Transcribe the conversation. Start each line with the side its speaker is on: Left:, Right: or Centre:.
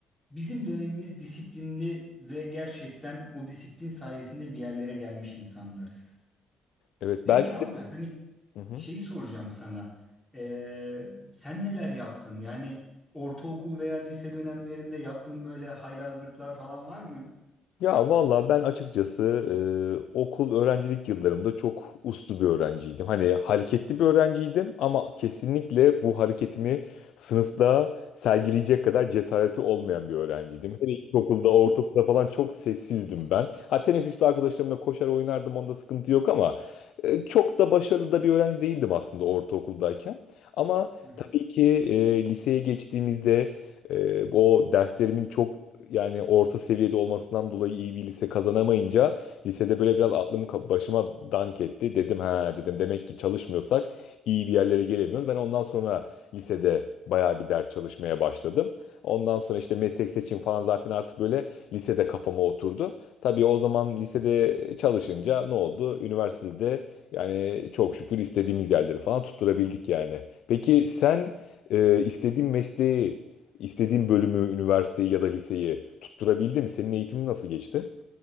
Centre: bizim dönemimiz disiplinli ve gerçekten o disiplin sayesinde bir yerlere gelmiş insanlarız.
Left: Evet
Centre: Peki
Left: belki
Centre: abi
Left: de...
Centre: hani
Left: Hı hı.
Centre: şeyi soracağım sana. E, sen neler yaptın? Yani ortaokul veya lise dönemlerinde yaptığın böyle haylazlıklar falan var mı?
Left: Ya valla ben açıkçası e, okul öğrencilik yıllarımda çok uslu bir öğrenciydim. Hani hareketli bir öğrenciydim ama kesinlikle bu hareketimi sınıfta sergileyecek kadar cesareti olmayan bir öğrenciydim. Hele ilkokulda, ortaokulda falan çok sessizdim ben. Ha teneffüste arkadaşlarımla koşar oynardım onda sıkıntı yok ama e, çok da başarılı da bir öğrenci değildim aslında ortaokuldayken. Ama
Centre: <laughs>
Left: tabii ki e, liseye geçtiğimizde e, o derslerimin çok yani orta seviyede olmasından dolayı iyi bir lise kazanamayınca lisede böyle biraz aklım ka- başıma dank etti. Dedim ha dedim demek ki çalışmıyorsak iyi bir yerlere gelemiyoruz. Ben ondan sonra lisede bayağı bir ders çalışmaya başladım. Ondan sonra işte meslek seçim falan zaten artık böyle lisede kafama oturdu. Tabii o zaman lisede çalışınca ne oldu? Üniversitede yani çok şükür istediğimiz yerleri falan tutturabildik yani. Peki sen e, istediğin mesleği İstediğin bölümü, üniversiteyi ya da liseyi tutturabildin mi? Senin eğitimin nasıl geçti?